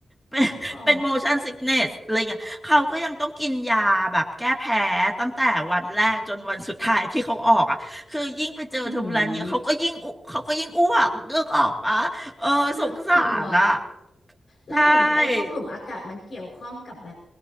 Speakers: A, in the centre; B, on the left.
A: เป็นเป็น
B: อ๋อ
A: motion sickness อะไรอย่างเงี้ยเขาก็ยังต้องกินยาแบบแก้แพ้ตั้งแต่วันแรกจนวันสุดท้ายที่เขาออกอ่ะคือยิ่งไปเจอเทอร์บูลันเนี่ยเขาก็ยิ่งอุเขาก็ยิ่งอ้วกเลือกออกปะเออสงสารอ่ะ
B: หูยน่ากลัว แล้วอย่างเงี้ยไอ้พวกหลุมอากาศมันเกี่ยวข้องกับแบบ
A: ใช่